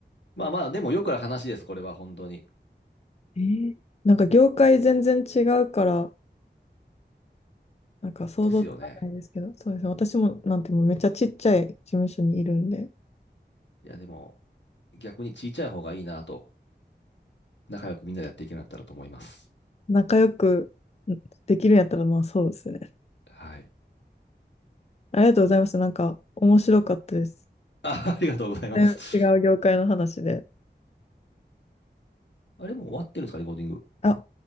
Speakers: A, on the left (about 80°); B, on the left (about 35°).
A: まあまあ、でもよくある話です、これは本当に。
B: えー、なんか業界全然違うから、なんか想像つかないですけど、
A: ですよね。
B: そうですね。私もなんてもうめっちゃちっちゃい事務所にいるんで、
A: いや、でも、逆にちいちゃい方がいいなと、仲良くみんなでやっていけるようになかったらと思います。
B: 仲良くできるんやったら、まあそうですね。
A: はい。
B: ありがとうございました。なんか面白かったです。
A: あ、ありがとうございます。
B: 全然違う業界の話で。
A: あれもう終わってるんですか、レコーディング。
B: あ、